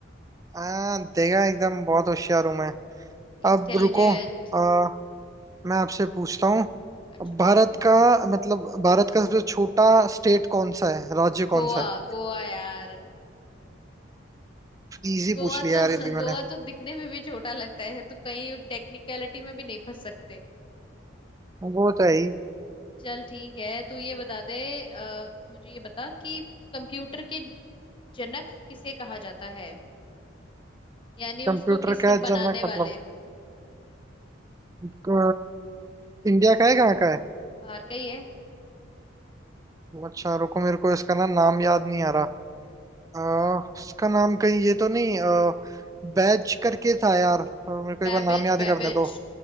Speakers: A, on the right; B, on the left.
A: आ, देखा एकदम बहुत होशियार हूं मैं
B: इंटेलिजेंट
A: अब रुको आ, मैं आपसे पूछता हूँ
B: अच्छा
A: भारत
B: पूछ पूछ
A: का मतलब भारत का सबसे छोटा स्टेट कौन सा है राज्य
B: गोवा
A: कौन सा है
B: गोवा यार
A: इजी
B: गोवा
A: पूछ लिया
B: तो <laughs>
A: यार ये भी मैंने
B: गोवा तो दिखने में भी छोटा लगता है तो कहीं टेक्निकलिटी में भी नहीं फंस सकते
A: वो तो है ही
B: चल ठीक है तू ये बता दे अ, मुझे ये बता कि कंप्यूटर के जनक किसे कहा जाता है यानी
A: कंप्यूटर
B: उसको किसने
A: का
B: बनाने
A: जनक
B: वाले
A: मतलब अ, इंडिया का है कहाँ का है
B: बाहर का ही है
A: अच्छा रुको मेरे को इसका ना नाम याद नहीं आ रहा अ, इसका नाम कहीं ये तो नहीं आ, बैज करके था यार अ, मेरे को एक
B: बैबेज
A: बार नाम याद
B: बैबेज
A: करने दो